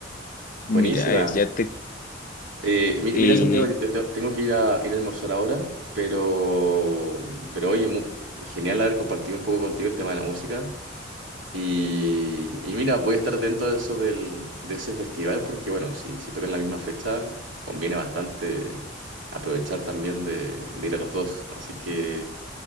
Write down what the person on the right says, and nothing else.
Buenísima.
Eh, mi-
mira, Santiago, yo te- te- tengo que ir a, ir a almorzar ahora, pero, pero oye, mu- genial haber compartido un poco contigo el tema de la música. Y, y mira, voy a estar atento a eso del, de ese festival, porque bueno, si, si tocan la misma fecha, conviene bastante aprovechar también de, de ir a los dos. Así que